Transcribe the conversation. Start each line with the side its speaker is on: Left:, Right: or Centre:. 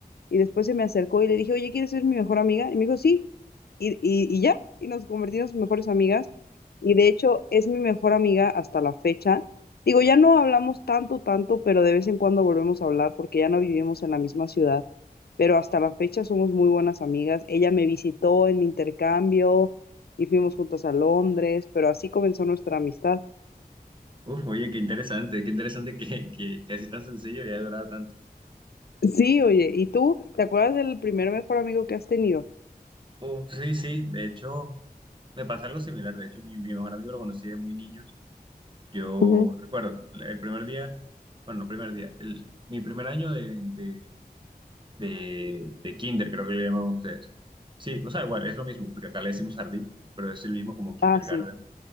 Left: Y después se me acercó y le dije, oye, ¿quieres ser mi mejor amiga? Y me dijo, sí. Y, y, y ya, y nos convertimos en mejores amigas. Y de hecho es mi mejor amiga hasta la fecha. Digo, ya no hablamos tanto, tanto, pero de vez en cuando volvemos a hablar porque ya no vivimos en la misma ciudad. Pero hasta la fecha somos muy buenas amigas. Ella me visitó en mi intercambio y fuimos juntas a Londres, pero así comenzó nuestra amistad.
Right: Uf, oye, qué interesante, qué interesante que, que, que así tan sencillo y haya durado tanto.
Left: Sí, oye, ¿y tú te acuerdas del primer mejor amigo que has tenido?
Right: Uf, sí, sí, de hecho, me pasa algo similar. De hecho, mi, mi mejor amigo lo conocí de muy niños. Yo
Left: Ujú.
Right: recuerdo el primer día, bueno, no primer día, el, mi primer año de, de, de, de kinder, creo que le llaman ustedes. Sí, o sea, igual, es lo mismo, porque acá le decimos jardín, pero es el mismo como kindergarten.
Left: Ah, sí.